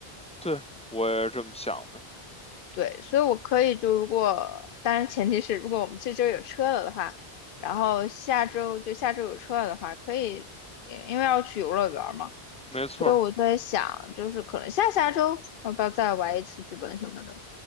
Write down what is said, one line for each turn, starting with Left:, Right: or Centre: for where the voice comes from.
Centre: 对，我也是这么想的，
Left: 对，所以我可以就如果，当然前提是如果我们这周有车了的话，然后下周就下周有车了的话，可以，也因为要去游乐园儿嘛，
Centre: 没错儿。
Left: 所以我在想，就是可能下下周要不要再玩一次剧本什么的。